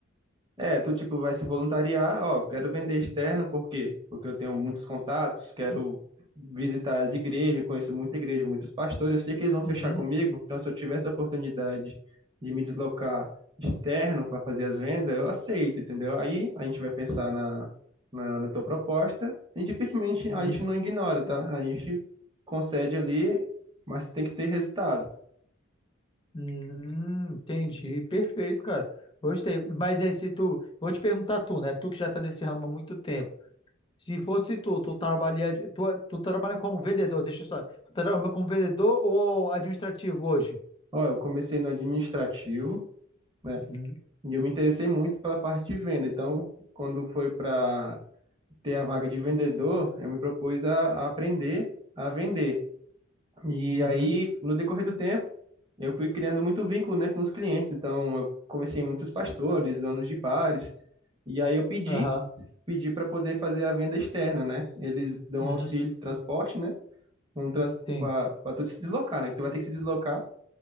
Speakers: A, on the right; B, on the left.
A: É, tu tipo vai se voluntariar, ó, quero vender externa, por quê? Porque eu tenho muitos contatos, quero visitar as igrejas, conheço muita igreja, muitos pastores, eu sei que eles vão fechar
B: Uhum,
A: comigo, então se eu tiver essa oportunidade de me deslocar externo para fazer as vendas, eu aceito, entendeu? Aí a gente vai pensar na, na, na tua proposta e dificilmente
B: uhum.
A: a gente não ignora, tá? A gente concede ali, mas tem que ter resultado.
B: Hum, entendi, perfeito, cara. Gostei. Mas aí se tu, vou te perguntar tu, né? Tu que já tá nesse ramo há muito tempo. Se fosse tu, tu trabalha, tu, tu trabalha como vendedor, deixa eu só. Tu trabalha como vendedor ou administrativo hoje?
A: Ó, eu comecei no administrativo, né?
B: Uhum,
A: E eu me interessei muito pela parte de venda. Então, quando foi para ter a vaga de vendedor, eu me propus a, a aprender a vender. E
B: uhum,
A: aí, no decorrer do tempo, eu fui criando muito vínculo, né, com os clientes. Então, eu comecei muitos pastores, donos de bares. E aí eu pedi,
B: aham,
A: pedi para poder fazer a venda externa, né? Eles dão
B: uhum,
A: auxílio de transporte, né? Um trans
B: sim.
A: para tu se deslocar, né? Que tu vai ter que se deslocar.